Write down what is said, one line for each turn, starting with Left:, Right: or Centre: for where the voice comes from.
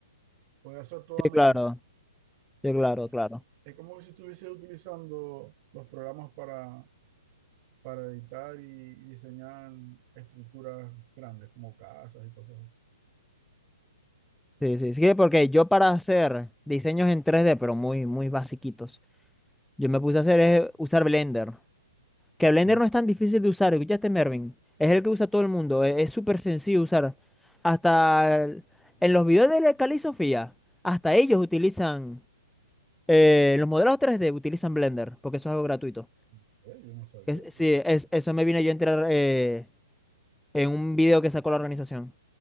Right: puede hacer toda
Centre: Sí,
Right: medida.
Centre: claro. Sí,
Right: O sea,
Centre: claro, claro.
Right: es como si estuviese utilizando los programas para, para editar y diseñar estructuras grandes, como casas y cosas así.
Centre: Sí, sí. Sí, porque yo para hacer diseños en tres d pero muy, muy basiquitos, yo me puse a hacer es usar Blender. Que Blender
Right: Ah,
Centre: no es tan difícil de usar, ¿escuchaste, Mervin? Es el que usa todo el mundo, e- es súper sencillo de usar. Hasta el- en los videos de la Cali Sofía, hasta ellos utilizan, eh, los modelos 3D utilizan Blender, porque eso es algo gratuito.
Right: ¿en serio? Yo no sabía
Centre: Es-
Right: eso.
Centre: sí, es- eso me vine yo a enterar eh, en un video que sacó la organización.